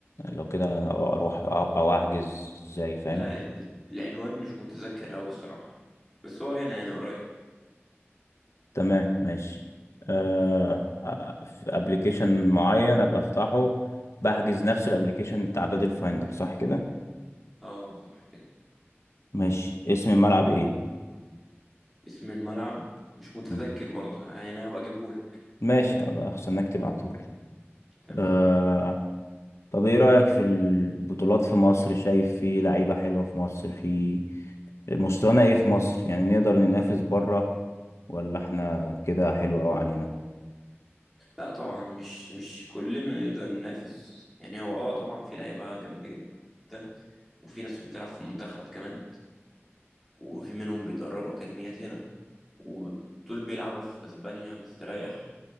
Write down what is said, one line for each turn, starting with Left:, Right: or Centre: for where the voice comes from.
Left: لو كده أنا اروح او أو احجز ازاي فاهم
Centre: لا ال- العنوان مش متذكر أوي الصراحة بس هو هنا يعني قريب
Left: تمام ماشي آه في ابلكيشن معين ابقى افتحه بحجز نفس الابلكيشن بتاع بادل فايندر صح كده
Centre: اه صح كده
Left: ماشي اسم الملعب ايه
Centre: اسم الملعب مش متذكر
Left: مم.
Centre: برضه يعني هبقى اجيبهولك
Left: ماشي هبقى استناك تبعتهولي
Centre: تمام
Left: آه طب ايه رأيك في البطولات في مصر شايف في لعيبة حلوة في مصر في مستوانا ايه في مصر يعني نقدر ننافس بره ولا احنا كده حلو قوي علينا
Centre: لا طبعا مش مش كلنا نقدر ننافس يعني هو اه طبعا في لعيبة جامدة جدا وفي ناس بتلعب في المنتخب كمان وفي منهم بيدربوا أكاديميات هنا ودول بيلعبوا في أسبانيا مستريح